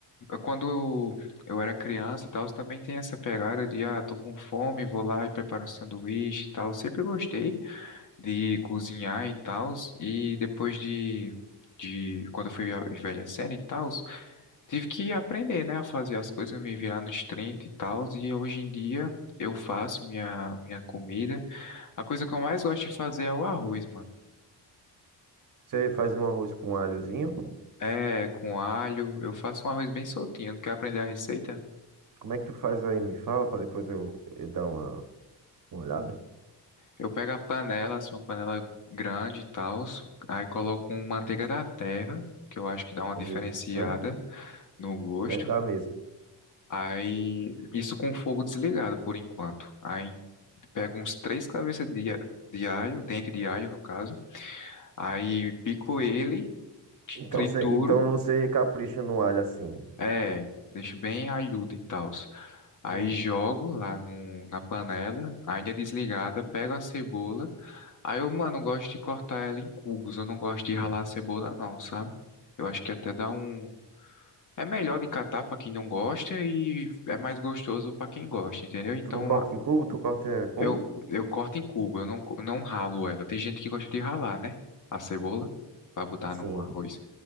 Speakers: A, on the left; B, on the right.
A: quando eu, eu era criança e tal, também tem essa pegada de, ah, tô com fome, vou lá e preparo um sanduíche e tal. Sempre gostei. de cozinhar e tals, e depois de, de quando eu fui envelhecendo e tals, tive que aprender, né, a fazer as coisas, me virar nos 30 e tals, e hoje em dia eu faço minha, minha comida. A coisa que eu mais gosto de fazer é o arroz, mano.
B: Você faz um arroz com alhozinho.
A: É, com alho, eu faço um arroz bem soltinho, não quer aprender a receita?
B: Como é que tu faz aí? Me fala, para depois eu, eu dar uma, uma olhada.
A: Eu pego a panela, assim, uma panela grande e tal, aí coloco uma manteiga da terra, que eu acho que dá uma diferenciada
B: Eita,
A: no gosto.
B: deve dar mesmo.
A: Aí, isso com o fogo desligado por enquanto. Aí, pego uns três cabeças de, a- de alho, dente de alho no caso. Aí, pico ele,
B: Então
A: trituro,
B: você, então você capricha no alho assim.
A: é, deixo bem alhudo e tal. Aí,
B: Hum.
A: jogo lá no, na panela, ainda desligada, pego a cebola. Aí, eu, mano, gosto de cortar ela em cubos, eu não gosto de ralar a cebola, não, sabe? Eu acho que até dá um. É melhor de catar pra quem não gosta e é mais gostoso pra quem gosta, entendeu? Então
B: Tu não corta em cubo, tu corta como?
A: Eu, eu corto em cubo, eu não, co- não ralo ela. Tem gente que gosta de ralar, né? A cebola, pra botar
B: Sim.
A: num arroz.